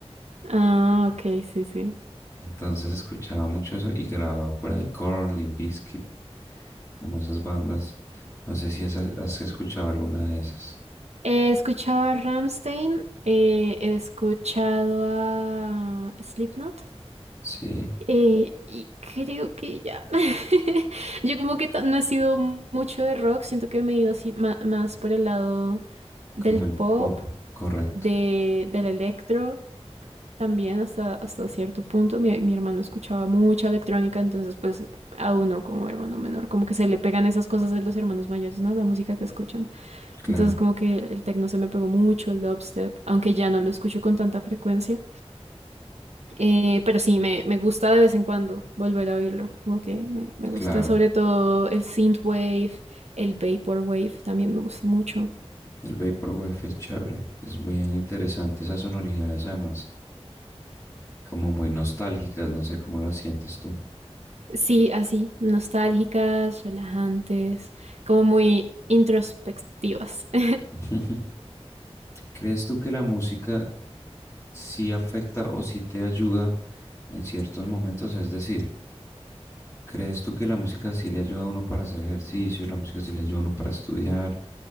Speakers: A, on the right; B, on the left.
A: Ah, ok, sí, sí.
B: entonces escuchaba mucho eso y grababa por ahí Korn, Limp Bizkit, como esas bandas. No sé si esas- has escuchado alguna de esas.
A: He escuchado a Rammstein, eh, he escuchado a Slipknot
B: Sí,
A: eh, y creo que ya. <laughs> Yo como que ta- no he sido mucho de rock, siento que me he ido así ma- más por el lado del
B: como el
A: pop,
B: pop, correcto.
A: de, del electro, también hasta, hasta cierto punto. Mi, mi hermano escuchaba mucha electrónica, entonces pues a uno como hermano menor, como que se le pegan esas cosas de los hermanos mayores, ¿no? La música que escuchan.
B: Claro,
A: Entonces como que el techno se me pegó mucho, el dubstep, aunque ya no lo escucho con tanta frecuencia. Eh, pero sí, me, me gusta de vez en cuando volver a oírlo. Como que me, me gusta
B: claro.
A: sobre todo el synthwave, el vaporwave también me gusta mucho.
B: El Vaporwave es chévere, es bien interesante esas sonoridades además, como muy nostálgicas, no sé cómo las sientes tú.
A: Sí, así, nostálgicas, relajantes, como muy introspectivas. <laughs>
B: <laughs> ¿Crees tú que la música sí afecta o sí te ayuda en ciertos momentos? Es decir, ¿Crees tú que la música sí le ayuda a uno para hacer ejercicio, la música sí le ayuda a uno para estudiar,